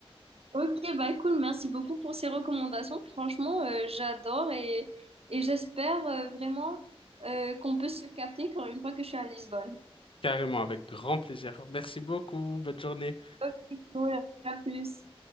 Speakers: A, on the right; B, on the left.
A: Ok, bah cool, merci beaucoup pour ces recommandations. Franchement, euh, j'adore et, et j'espère euh, vraiment euh, qu'on peut se capter quand une fois que je suis à Lisbonne.
B: carrément avec grand plaisir. Merci beaucoup. Bonne journée.
A: Ok, cool, à plus.